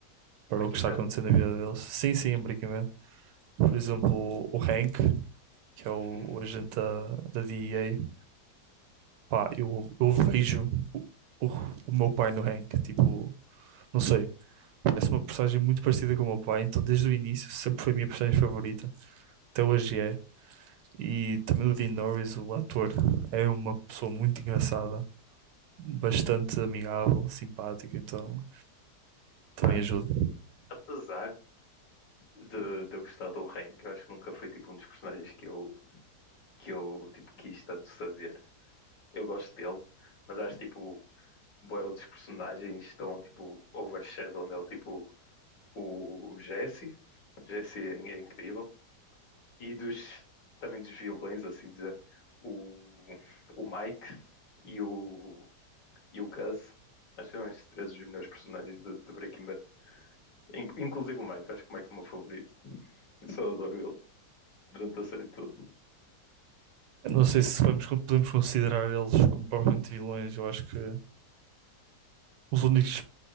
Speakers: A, on the right; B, on the left.
A: para
B: Breaking
A: o que está
B: Bad?
A: acontecendo na vida deles. Sim, sim, em Breaking Bad. Por exemplo, o o Hank, que é o,
B: Uhum.
A: o agente da, da DEA, pá, eu, eu vejo o, o, o meu pai no Hank, tipo, não sei. Parece uma personagem muito parecida com o meu pai, então desde o início sempre foi a minha personagem favorita, até hoje é. E também o Dean Norris, o ator, é uma pessoa muito engraçada, bastante amigável, simpática, então também
B: Mano,
A: ajuda.
B: apesar de, de eu gostar do Hank, eu acho que nunca foi tipo um dos personagens que eu, que eu tipo, quis tanto saber. Eu gosto dele, mas acho tipo, bué outros personagens estão tipo overshadow nele, tipo o o Jesse. O Jesse é, é incrível. e dos, também dos vilões, assim dizer, o, o Mike e o, e o Gus. Acho que são esses três os melhores personagens de, de Breaking Bad. In- Inclusive o Mike, acho que o Mike é o meu favorito. Eu só adoro ele durante a série toda.
A: Eu não sei se vamos- podemos considerar eles como propriamente vilões, eu acho que os únicos